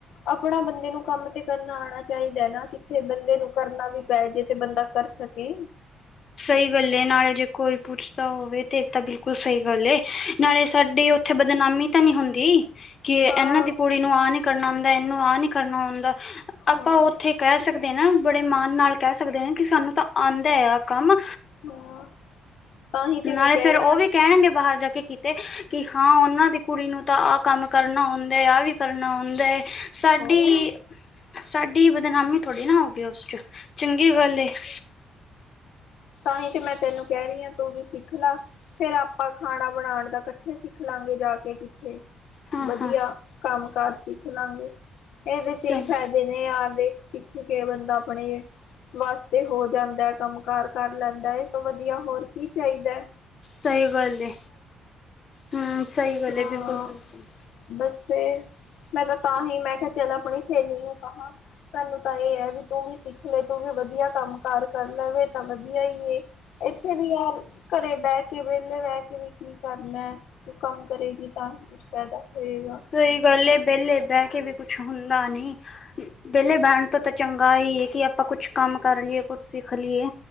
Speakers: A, on the left; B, on the left.
A: ਆਪਣਾ ਬੰਦੇ ਨੂੰ ਕੰਮ ਤੇ ਕਰਨਾ ਆਉਣਾ ਚਾਹੀਦਾ ਨਾ ਕਿੱਥੇ ਬੰਦੇ ਨੂੰ ਕਰਨਾ ਵੀ ਪੈ ਜੇ ਤੇ ਬੰਦਾ ਕਰ ਸਕੇ।
B: ਸਹੀ ਗੱਲ ਨਾਲੇ ਜੇ ਕੋਈ ਪੁੱਛਦਾ ਹੋਵੇ ਤੇ ਤਾਂ ਬਿਲਕੁਲ ਸਹੀ ਗੱਲ ਏ। ਨਾਲੇ ਸਾਡੀ ਉੱਥੇ ਬਦਨਾਮੀ ਤਾਂ ਨਹੀਂ ਹੁੰਦੀ। ਕਿ
A: ਹਾਂ
B: ਇਹਨਾਂ ਦੀ ਕੁੜੀ ਨੂੰ ਆਹ ਨੀ ਕਰਨਾ ਆਉਂਦਾ ਇਹਨੂੰ ਆਹ ਨੀ ਕਰਨਾ ਆਉਂਦਾ ਆਪਾਂ
A: ਹਾਂ
B: ਉੱਥੇ ਕਹਿ ਸਕਦੇ ਨਾ ਬੜੇ ਮਾਣ ਨਾਲ ਕਹਿ ਸਕਦੇ ਨੇ ਕਿ ਸਾਨੂੰ ਤਾਂ ਆਉਂਦਾ ਹੈ ਆ ਕੰਮ
A: ਹਾਂ ਤਾਂ ਹੀ ਤੇ
B: ਨਾਲੇ
A: ਮੈਂ ਕਹਿ
B: ਫੇਰ
A: ਰਹੀ
B: ਉਹ
A: ਹਾਂ
B: ਵੀ ਕਹਿਣਗੇ ਬਾਹਰ ਜਾ ਕੇ ਕੀਤੇ। ਕਿ ਹਾਂ ਉਹਨਾਂ ਦੀ ਕੁੜੀ ਨੂੰ ਤਾਂ ਆਹ ਕੰਮ ਕਰਨਾ ਆਉਂਦਾ ਹੈ ਆਹ ਵੀ ਕਰਨਾ ਆਉਂਦਾ ਹੈ। ਸਾਡੀ
A: ਹੋਰ
B: -ਸਾਡੀ ਬਦਨਾਮੀ ਥੋੜ੍ਹੀ ਨਾ ਹੋ ਗਈ ਉਸ 'ਚ ਚੰਗੀ ਗੱਲ ਏ। <inaudible>
A: <inaudible> ਤਾਂਹੀ ਤੇ ਮੈਂ ਤੈਨੂੰ ਕਹਿ ਰਹੀ ਹਾਂ ਤੂੰ ਵੀ ਸਿੱਖ ਲਾ ਫੇਰ ਆਪਾਂ ਖਾਣਾ ਬਣਾਉਣ ਦਾ ਇਕੱਠੇ ਸਿੱਖ ਲਾਂਗੇ ਜਾ ਕੇ ਕਿੱਥੇ।
B: ਹਾਂ
A: ਵਧੀਆ
B: ਹਾਂ
A: ਕੰਮ ਕਾਰ ਸਿੱਖ ਲਾਂਗੇ, ਇਹਦੇ 'ਚ ਏਈ
B: ਸਹੀ
A: ਫਾਇਦਾ ਜਿਵੇਂ ਆਪਦੇ ਦੇ ਸਿੱਖ ਕੇ ਬੰਦਾ ਅਪਨੇ ਵਾਸਤੇ ਹੋ ਜਾਂਦਾ ਐ ਕੰਮ ਕਾਰ। ਕਰ ਲੈਂਦਾ ਏ ਤੇ ਵਧੀਆ ਹੋਰ ਕੀ ਚਾਹੀਦਾ ਐ।
B: ਸਹੀ ਗੱਲ ਏ, ਹੂੰ, ਸਹੀ ਗੱਲ
A: ਹਾਂ
B: ਏ, ਬਿਲਕੁਲ-ਬਿਲਕੁਲ।
A: ਬਸ ਫੇਰ, ਮੈਂ ਤਾਂ ਤਾਂਹੀ ਮੈਂ ਕਿਹਾ ਚਲ ਅਪਣੀ ਸਹੇਲੀ ਨੂੰ ਕਹਾਂ। ਸਾਨੂੰ ਤਾਂ ਇਹ ਹੈ ਵੀ ਤੂੰ ਵੀ ਸਿੱਖ ਲੈ, ਤੂੰ ਵੀ ਵਧੀਆ ਕੰਮ ਕਾਰ ਕਰ ਲਵੇ ਤਾਂ ਵਧੀਆ ਈ ਏ। ਇੱਥੇ ਵੀ ਯਾਰ, ਘਰੇ ਬਹਿ ਕੇ, ਵੇਲੇ ਬਹਿ ਕੇ ਵੀ ਕੀ ਕਰਨਾ ਐ? ਤੂੰ ਕੰਮ ਕਰੇਗੀ ਤਾਂ ਹੀ ਕੁਛ ਫਾਇਦਾ ਹੋਏਗਾ।
B: ਸਹੀ ਗੱਲ ਏ, ਵੇਲੇ ਬਹਿ ਕੇ ਵੀ ਕੁਛ ਹੁੰਦਾ ਨੀ। ਵੇਲੇ ਬੈਨ ਤੋਂ ਤਾਂ ਚੰਗਾ ਈ ਏ ਕਿ ਆਪਾਂ ਕੁਛ ਕੰਮ ਕਰ ਲਈਏ, ਕੁਛ ਸਿੱਖ ਲਈਏ।